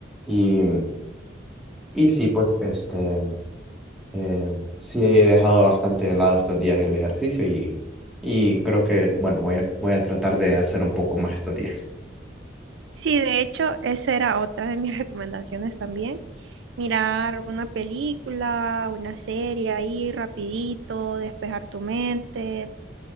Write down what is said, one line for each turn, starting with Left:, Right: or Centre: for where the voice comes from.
Centre: Y, y sí, pues, este, eh, sí he dejado bastante de lado estos días el ejercicio y, y creo que, bueno, voy a, voy a tratar de hacer un poco más estos días.
Right: Sí, de hecho, esa era otra de mis <laughs> recomendaciones también. Mirar una película, una serie ahí rapidito, despejar tu mente,